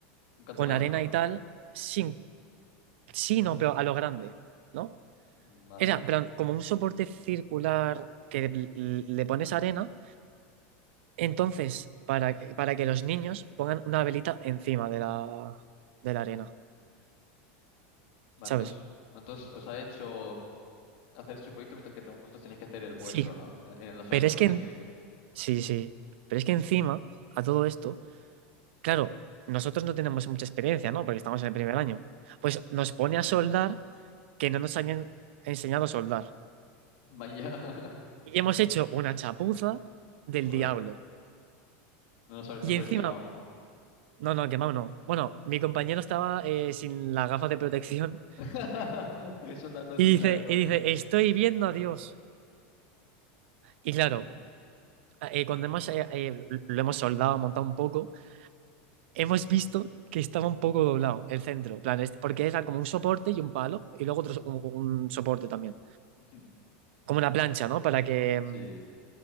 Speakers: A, on the left; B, on the right.
A: un candelabro.
B: con arena y tal, sin, sí, no, pero a lo grande, ¿no?
A: Mm, Vale.
B: Era pero como un soporte circular que l- le pones arena, entonces, para, que- para que los niños pongan una velita encima de la, de la arena,
A: Vale,
B: ¿sabes?
A: entonces, entonces os ha hecho hacer su proyecto mientras que te- vosotros tenéis que hacer el vuestro,
B: Sí,
A: ¿no? En en la semana,
B: pero
A: para
B: es
A: la
B: que,
A: semana
B: en-
A: que viene.
B: sí, sí, pero es que encima a todo esto Claro, nosotros no tenemos mucha experiencia, ¿no? Porque estamos en el primer año. Pues nos pone a soldar que no nos habían enseñado a soldar.
A: Vaya. <laughs>
B: Y hemos hecho una chapuza del
A: Joder.
B: diablo.
A: No os, habe- no
B: Y
A: os
B: encima,
A: habéis quemado, ¿no?
B: no, no, quemado no. Bueno, mi compañero estaba eh, sin las gafas de protección
A: <laughs> Ahí soldando
B: y
A: sin
B: dice,
A: nada de protección.
B: y dice, estoy viendo a Dios. Y claro,
A: Qué bueno.
B: eh, cuando hemos, eh, eh, lo hemos soldado, montado un poco, hemos visto que estaba un poco doblado el centro. en plan, este- porque era como un soporte y un palo y luego otro, so- un un soporte también.
A: <laughs>
B: como una plancha, ¿no? Para que... mm,
A: Sí,